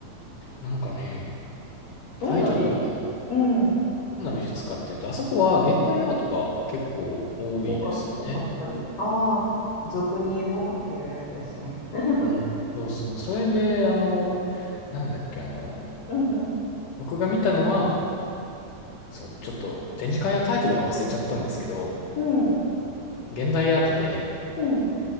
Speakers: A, on the left; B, on the left.
A: なんかね、
B: どんな美術うん。
A: タイトルは、どんな美術かっていうと、あそこは現代アートが結構多いですね。
B: 多か、多かったり。ああ、俗に言うモマというやつですね。<laughs>
A: うん。そうそう。それで、あの、なんだっけ、あの、
B: うんうん。
A: 僕が見たのは、そう、ちょっと展示会のタイトルは忘れちゃったんですけど、
B: うん。
A: 現代アートで、
B: うん。